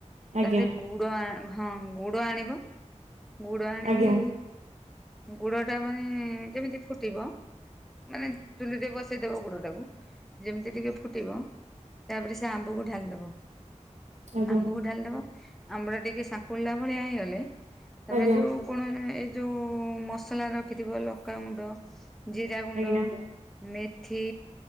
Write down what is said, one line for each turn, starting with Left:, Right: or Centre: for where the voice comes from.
Right: ଆଜ୍ଞା
Centre: ତାପରେ ଗୁଡ ହଁ ଗୁଡ ଆଣିବ ଗୁଡ ଆଣିକି
Right: ଆଜ୍ଞା
Centre: ଗୁଡଟା ମାନେ ଯେମିତି ଫୁଟିବ ମାନେ ଚୁଲିରେ ବସ ସେଇ ଦବ ଗୁଡଟାକୁ ଯେମିତି ଟିକେ ଫୁଟିବ ତାପରେ ସେ ଆମ୍ବକୁ ଢାଳିଦବ।
Right: ଆଜ୍ଞା
Centre: ଆମ୍ବକୁ ଢାଳିଦବ ଆମ୍ବଟା ଟିକେ ଶାଙ୍କୁଳିଲା ଭଳିଆ ହେଇଗଲେ ତାପରେ
Right: ଆଜ୍ଞା
Centre: ଯୋଉ କୋଣରେ ଏଇ ଯଉଁ ମସଲା ରଖିଥିବ ଲଙ୍କାଗୁଣ୍ଡ। ଜିରା ଗୁଣ୍ଡ,
Right: ଆଜ୍ଞା ଆଜ୍ଞା
Centre: ମେଥି,